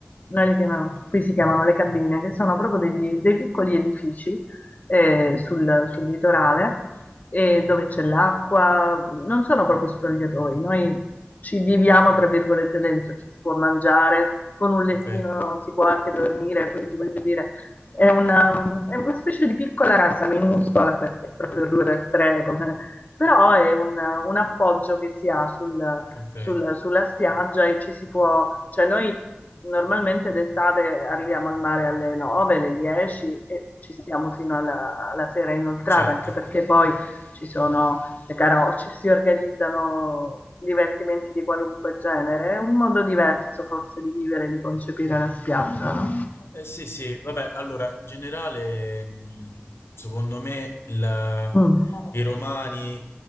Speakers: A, on the left; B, on the left.
A: noi le chiamiamo, qui si chiamano le cabine, che sono proprio degli- dei piccoli edifici eh, sul, sul litorale e dove c'è l'acqua, non sono proprio spogliatoi, noi ci viviamo tra virgolette dentro, ci si può mangiare, con un lettino
B: Ok.
A: si può anche dormire, quindi voglio dire, è una, è una specie di piccola casa minuscola perché è proprio due per tre però è un, un appoggio che si ha sul-
B: Ok.
A: sul- sulla spiaggia e ci si può, cioè noi normalmente d'estate arriviamo al mare alle 9, alle 10 e ci stiamo fino alla, alla sera inoltrata,
B: Certo.
A: anche perché poi ci sono le caroci, si organizzano divertimenti di qualunque genere, è un modo diverso forse di vivere, di concepire la spiaggia, no?
B: Eh sì, sì, vabbè, allora in generale, mh, secondo me la-
A: Mm.
B: i romani